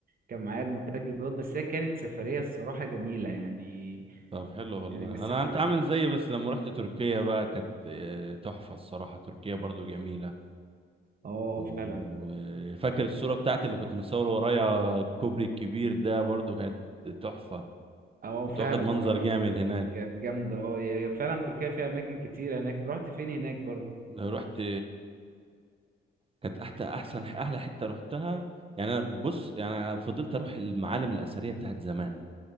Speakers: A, on the right; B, on the right.
A: كان معايا المترجم دوت بس هي كانت سفرية الصراحة جميلة يعني
B: طب حلو والله
A: يعني من السفريات
B: انا انت عامل زيي بس لما رحت تركيا بقى كانت آه، تحفه الصراحه تركيا برضو جميله
A: اه
B: وفاكر
A: فعلا
B: الصوره بتاعتي اللي كنت مصور ورايا الكوبري الكبير ده برضو كانت تحفه
A: اه
B: كنت
A: فعلا
B: واخد منظر
A: اه
B: جامد
A: ده
B: هناك
A: كانت كانت جامدة اه يعني فعلا تركيا فيها اماكن كتير هناك أنت رحت فين هناك برضو
B: لو رحت كانت احلى احسن احلى حته رحتها يعني انا بص يعني أنا فضلت اروح المعالم الاثريه بتاعت زمان